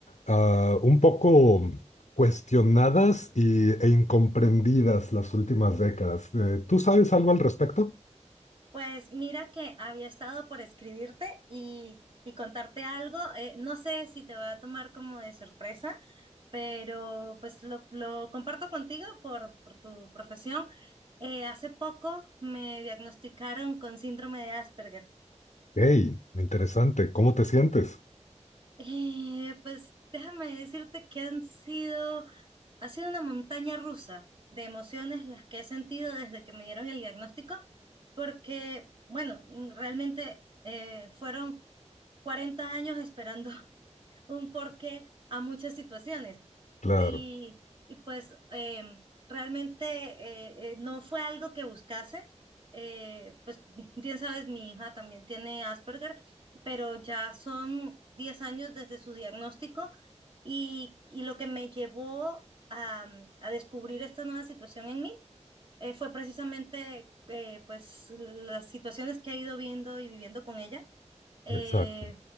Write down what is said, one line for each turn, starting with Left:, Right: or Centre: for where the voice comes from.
Left: ah, un poco cuestionadas y, e incomprendidas las últimas décadas. Eh, ¿tú sabes algo al respecto?
Right: pues mira que había estado por escribirte y, y contarte algo. eh, no sé si te va a tomar como de sorpresa, pero pues lo, lo comparto contigo por, por tu profesión. Eh, hace poco me diagnosticaron con síndrome de Asperger.
Left: Hey, interesante. ¿Cómo te sientes?
Right: Eh, pues déjame decirte que han sido, ha sido una montaña rusa de emociones las que he sentido desde que me dieron el diagnóstico, porque, bueno, mm, realmente eh, fueron 40 años esperando un porqué a muchas situaciones.
Left: Claro,
Right: Y, y pues em, realmente eh, eh, no fue algo que buscase. eh, pues <laughs> bien sabes, mi hija también tiene Asperger, pero ya son 10 años desde su diagnóstico y, y lo que me llevó a, a descubrir esta nueva situación en mí eh, fue precisamente eh, pues las situaciones que he ido viendo y viviendo con ella. Eh,
Left: exacto.